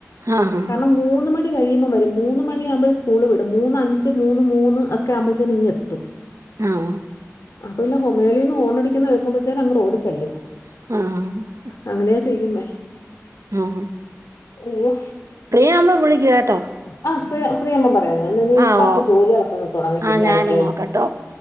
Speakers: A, on the right; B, on the left.
A: ആഹ്
B: കാരണം മൂ- മണി കഴിയുമ്പോ വരും, മൂന്ന്- മണിമ്പൾ സ്കൂള് വിടും, മൂന്ന്- അഞ്ച് മൂന്ന്, മൂന്ന് ഒക്കെ- ആകുമ്പഴത്തേ ഇങ്ങത്തും.
A: ആഹാ.
B: അപ്പ ഇല്ല ഹമേൽന്ന്ണടിക്കുന്നത് കേൾക്കുമ്പഴത്തേ അങ്ഓഡിച്ചല്ലും.
A: ആഹാ.
B: അങ്ങനെയാ ചെയ്യുന്നേ.
A: ഉം, ഉം.
B: അയ്യോ.
A: ഫ്രീവിമ്പോ വിളിക്ക കേട്ടോ.
B: ആഹ് ഫ്രീ, ഫ്രീയാവുമ്പോ പറ. ഇനി ഇീ
A: ആഹ്
B: ബാക്കി
A: ഓ
B: ജോലികളക്കന്ന്- തുടങ്ങട്ട്
A: ആഹ്
B: ഇനി
A: ഞാനും
B: അടുക്കളയിൽ
A: നോക്കട്ടെ